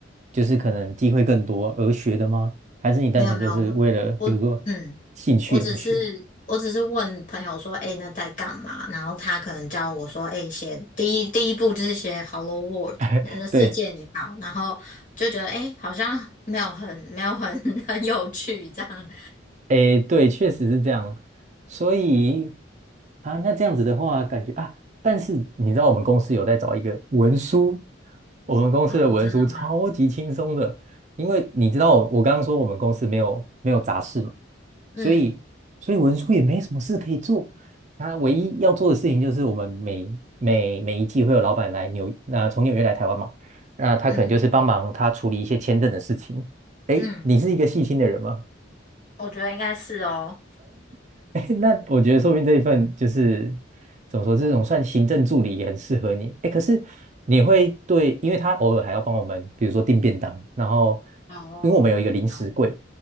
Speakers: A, on the right; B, on the left.
A: 就是可能机会更多而学的吗？还是你单纯就是为了比如说兴趣而学？
B: 没有没有，我我嗯，我只是我只是问朋友说，哎，那在干嘛？然后他可能教我说，哎，写第一第一步就是写 “Hello World”，
A: <laughs>
B: 呃，世界你好，
A: 对。
B: 然后就觉得哎，好像没有很没有很 <laughs> 很有趣这样。
A: 诶，对，确实是这样。所以啊，那这样子的话，感觉啊，但是你知道我们公司有在找一个文书，我们公司的文书超级轻松的，
B: 哦，真的吗？
A: 因为你知道我我刚刚说我们公司没有没有杂事嘛，
B: 嗯
A: 所以所以文书也没什么事可以做。他唯一要做的事情就是我们每每每一季会有老板来纽，那、从纽约来台湾嘛，那他可能就是帮忙他处理一些签证的事情。
B: 嗯
A: 诶，
B: 嗯，
A: 你是一个细心的人吗？
B: 我觉得应该是哦。
A: <laughs> 哎，那我觉得说不定这一份就是怎么说，这种算行政助理也很适合你。哎，可是你会对，因为他偶尔还要帮我们，比如说订便当，然后
B: 哦，
A: 因为我们有一个零食柜，
B: 懂。